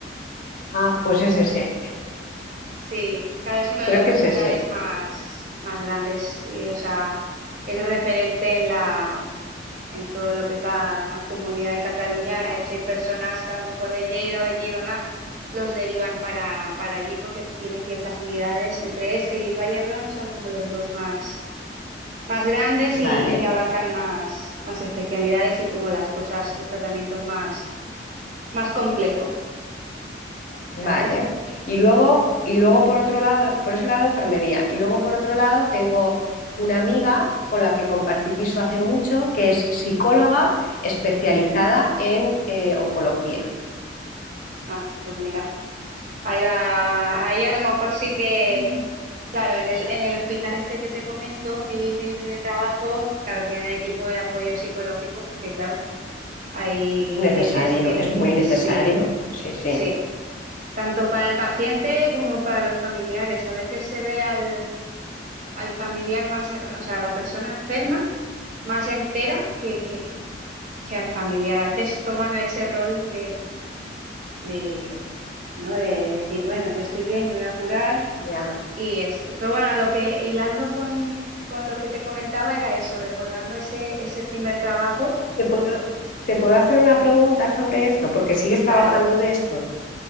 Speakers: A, on the left (about 45°); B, on the right (about 40°).
A: Ah, pues es ese.
B: Sí, claro, es uno de
A: Creo
B: los
A: que
B: hospitales
A: es ese.
B: más, más grandes y, o sea, es referente en la, en todo lo que es la comunidad de Cataluña. De hecho, hay personas que a lo mejor de Lleida o de Girona los derivan para, para allí porque tiene ciertas unidades. Entre ese y el Valle d'Hebron son como los dos más más grandes
A: Vale.
B: y, y que abarcan más, más especialidades y como las cosas, los tratamientos más, más complejos, ¿sabes?
A: Vale. Y luego, y luego por otro lado, por ese lado enfermería. Y luego por otro lado tengo una amiga con la que compartí piso hace mucho, que es psicóloga especializada en eh, oncología.
B: Ah, pues mira, ahí va, ahí a lo mejor sí que,
A: Es
B: claro, en el, en el hospital este que te comento, que yo hice mi primer trabajo, claro, tienen equipo de apoyo psicológico porque, claro, hay
A: necesario,
B: veces que
A: es muy necesario.
B: sí,
A: Sí, sí.
B: sí, tanto para el paciente como para los familiares. A veces se ve al, al familiar más, o sea, a la persona enferma más entera que, que, que al familiar. A veces toman ese rol de, ¿no? De decir, bueno, yo estoy bien, yo me voy a curar
A: Ya.
B: y esto. Pero bueno, a lo que hilando con, con lo que te comentaba era eso, recordando ese, ese primer trabajo,
A: ¿Te puedo, te puedo hacer una pregunta sobre esto? Porque sigues trabajando
B: claro,
A: de esto.